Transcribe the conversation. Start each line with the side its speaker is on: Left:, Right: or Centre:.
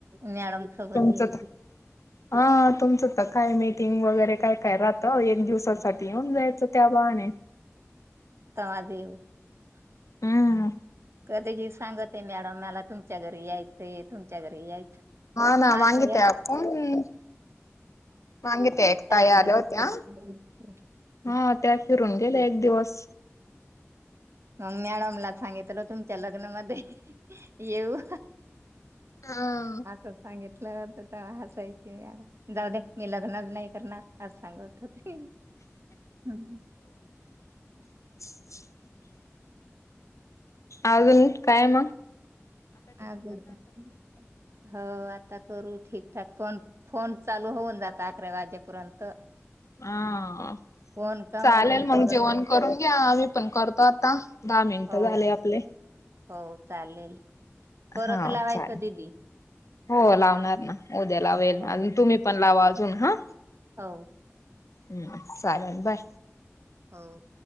Right: मॅडम सोबत
Left: तुमचं
Right: ये
Left: तर हा तुमच्या तच काय मीटिंग वगैरे काय -काय राहतं एक दिवसासाठी येऊन जायचं त्या बाहा ने
Right: <unintelligible>
Left: हम्म
Right: कधीही सांगतेय मॅडम मला तुमच्या घरी यायचंय तुमच्या घरी यायचं
Left: ना
Right: हा
Left: मागितल्या
Right: नाही
Left: आपण मागे त्या एक ताई आल्या
Right: ह
Left: होत्या. हा त्या फिरून गेल्या एक दिवस
Right: मग मॅडमला सांगितलो तुमच्या लग्नामध्ये येवू
Left: हा.
Right: आस सांगितलं तेव्हा हासायची मॅडम जाऊ दे मी लग्नच नाही करणार आस सांगत होत हम्
Left: <unintelligible> अजून काय म
Right: आजून पण हो आता तरी ठीकठाक फोन -फोन चालू होऊन जाता अकरा वाजेपर्यंत
Left: हा
Right: फोन काऊन
Left: चालेल मग
Right: करत
Left: जेवण करून घ्या आम्ही पण करतात ता दहा मिनिट
Right: हो
Left: झाले आपले
Right: हो चालेल, परत
Left: हा
Right: लावायचं
Left: चालेल.
Right: दिदी.
Left: हो लावणार ना, उद्या लावेल ना,
Right: हो
Left: अजून तुम्ही पण लावा. अजून हा.
Right: हो.
Left: हम्म चालंल बाय.
Right: हो.